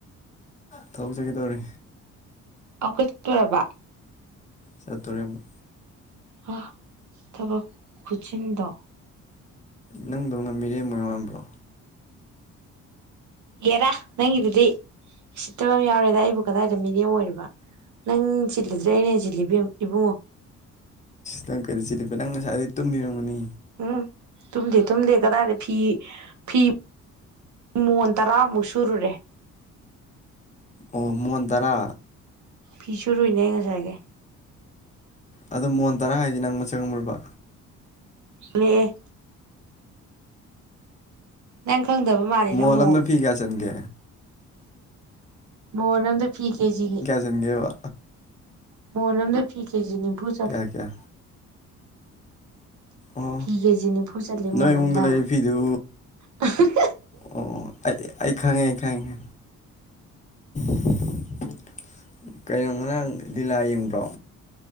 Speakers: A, on the left; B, on the right.
A: ꯊꯕꯛ ꯆꯇꯀꯦ ꯇꯧꯔꯤ
B: <unintelligible> ꯔꯕ
A: ꯆꯠꯇꯣꯔꯦ ꯑꯃꯨꯛ
B: ꯑ ꯊꯕꯛ ꯈꯨꯁꯤꯟꯗꯣ
A: ꯅꯪꯗꯧꯅ ꯃꯤꯔꯦꯝ ꯑꯣꯏ ꯃꯥꯟꯕ꯭ꯔꯣ
B: ꯌꯦꯔꯥ ꯅꯪꯒꯤꯗꯨꯗꯤ ꯎꯁꯤꯠꯇꯕ ꯑꯝ ꯌꯥꯎꯔꯦꯗ ꯑꯩꯕꯨ ꯀꯗꯥꯏꯗ ꯃꯤꯔꯡ ꯑꯣꯏꯔꯤꯕ ꯅꯪ ꯆꯤꯜꯂꯤꯗ꯭ꯔꯦ ꯑꯩꯅ ꯁꯤꯜꯂꯤ ꯏꯕꯨꯡꯉꯣ
A: ꯅꯪ ꯀꯩꯗ ꯆꯤꯜꯂꯤꯕ ꯅꯪ ꯉꯁꯥꯏꯗꯒꯤ ꯇꯨꯝꯃꯤ ꯑꯣꯏꯔꯝꯒꯅꯤ
B: ꯎꯝ ꯇꯨꯝꯗꯦ ꯇꯨꯝꯗꯦ ꯀꯗꯥꯏꯗ ꯐꯤ ꯐꯤ ꯃꯣꯟ ꯇꯔꯥꯃꯨꯛ ꯁꯨꯔꯨꯔꯦ
A: ꯑꯣ ꯃꯣꯟ ꯇꯔꯥ
B: ꯐꯤ ꯁꯨꯔꯨꯏꯅꯦ ꯉꯁꯥꯏꯒꯩ
A: ꯑꯣ ꯃꯣꯟ ꯇꯔꯥ ꯍꯥꯏꯁꯦ ꯅꯪ ꯃꯁꯛ ꯈꯪꯕꯔꯕ
B: ꯃꯦ ꯅꯪ ꯈꯪꯗꯕ ꯃꯥꯜꯂꯤ ꯅꯪ
A: ꯃꯣꯟ
B: ꯃꯑꯣꯡ
A: ꯑꯝꯗ ꯐꯤ ꯀꯌꯥ ꯆꯟꯒꯦ
B: ꯃꯣꯟ ꯑꯃꯗ ꯐꯤ ꯀꯦꯖꯤꯒꯤ
A: ꯆꯤꯡꯒꯤꯦ
B: ꯃꯣꯟ ꯑꯃꯝꯗ ꯐꯤ ꯀꯦꯖꯤ ꯅꯤꯝꯐꯨ ꯆꯠꯂꯦ
A: ꯀꯌꯥ ꯀꯌꯥ ꯑꯣ
B: ꯐꯤ ꯀꯦꯖꯤ ꯅꯤꯐꯨ ꯆꯠꯂꯤ
A: ꯅꯣꯏ
B: ꯃꯣꯟꯑꯝꯅ
A: ꯏꯃꯨꯡꯗ ꯂꯩꯔꯤꯕ ꯐꯤꯗꯨ
B: <unintelligible>
A: ꯑꯣ ꯑꯩ ꯑꯩ ꯈꯪꯉꯦ ꯑꯩ ꯈꯪꯉꯦ꯫ <unintelligible> ꯀꯩꯅꯣ ꯉꯔꯥꯡ ꯂꯤꯂꯥ ꯌꯦꯡꯕ꯭ꯔꯣ꯫